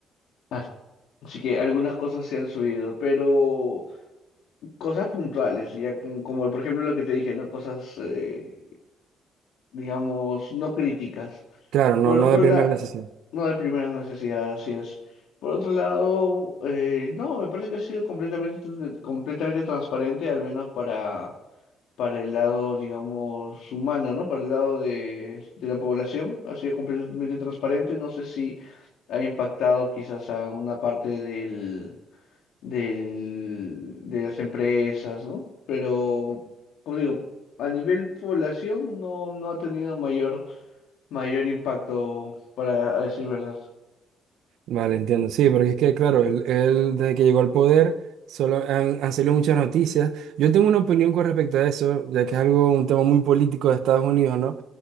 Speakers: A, on the left; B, on the right.
A: Ah, Así que algunas cosas se han subido, pero cosas puntuales, ya como, como por ejemplo lo que te dije, ¿no? Cosas, eh, digamos, no críticas.
B: Claro, no,
A: Por
B: no
A: otro
B: de primera
A: lado,
B: necesidad.
A: no de primeras necesidades, así es. Por otro lado, eh, no, me parece que ha sido completamente, tr- completamente transparente, al menos para, para el lado, digamos, humano, ¿no? Para el lado de, de la población, ha sido completamente transparente. No sé si ha impactado quizás a una parte del, del, de las empresas, ¿no? Pero, como digo, a nivel población no, no ha tenido mayor mayor impacto, para decir verdad.
B: Vale, entiendo. Sí, porque es que, claro, él, él, desde que llegó al poder solo han, han salido muchas noticias. Yo tengo una opinión con respecto a eso, ya que es algo, un tema muy político de Estados Unidos, ¿no?